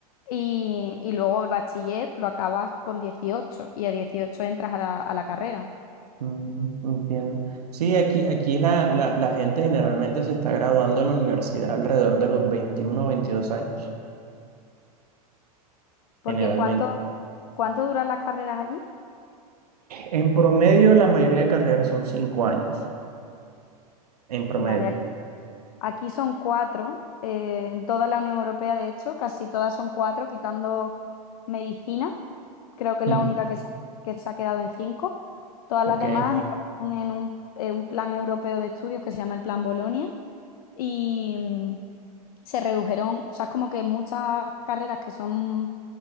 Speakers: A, on the left; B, on the right.
A: y, y luego el bachiller lo acabas con 18 y a 18 entras a la a la carrera.
B: mm, entiendo. Sí, aquí, aquí la, la, la gente generalmente se está graduando de la universidad alrededor de los 21 o 22 años,
A: Porque
B: generalmente.
A: ¿cuánto, cuánto duran las carreras allí?
B: En promedio, la mayoría de carreras son cinco años, en promedio.
A: Vale, ac- aquí son cuatro, eh, en toda la Unión Europea, de hecho, casi todas son cuatro, quitando medicina, creo que es
B: Mm,
A: la única que se, que se ha quedado en cinco. Todas
B: Ok,
A: las demás entraron en un, en un plan europeo de estudios que se llama el Plan Bolonia, y mm, se redujeron, o sea, es como que muchas carreras que son